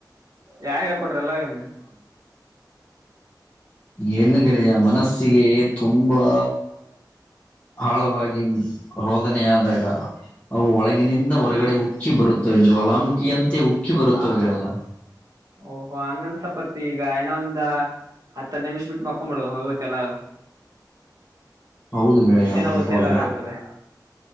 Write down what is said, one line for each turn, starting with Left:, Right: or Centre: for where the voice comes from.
Right: ಯಾರ್ ಹೇಳ್ಕೊಟ್ರಲ್ಲ ಅವನ್ನ
Left: ಏನುರ ಯ ಮನಸ್ಸಿಗೆ ತುಂಬಾ ಆಳವಾಗಿ ರೋದನ ಆದಾಗ ಅವು ಒಳಗಿನಿಂದ
Right: ಹ್ಮ್
Left: ಹೊರಗಡೆ
Right: ಹ್ಮ್
Left: ಉಕ್ಕಿ ಬರುತ್ತವೆ ಜ್ವಾಲಾಮುಖಿಯ ಅಂತೆ ಉಕ್ಕಿ ಬರುತ್ತವೆ. ಯ <unintelligible>
Right: ಓಹೋ ಹಂಗಂದ್ಸಪತಿ ಈಗ ಇನ್ನೊ ಒಂದ ಹತ್ತ ಹ್ಮಿಸ್ ಬಿಟ್ಟ ಮಾಡಕೊಂಬಿಡು ಇವತ್ತ ಎಲ್ಲ
Left: ಹೌದು ಗೆಳೆಯ ಮಲ್ಕ
Right: ಹೋಗುತ್ತೆ
Left: ಹೋಗ
Right: ಎಲ್ಲ ಆಗುತ್ತದೆ